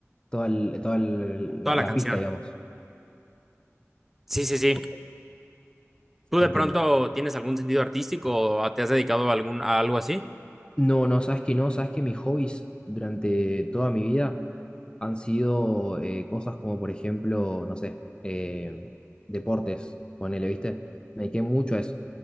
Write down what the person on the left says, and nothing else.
Toda, el- toda el-
la,
la
pista, digamos.
Ok,
entiendo.
No, no, sabes que no, sabes que mis hobbies durante toda mi vida han sido eh, cosas como, por ejemplo, no sé, eh, deportes, ponele, ¿viste? Me dediqué mucho a eso.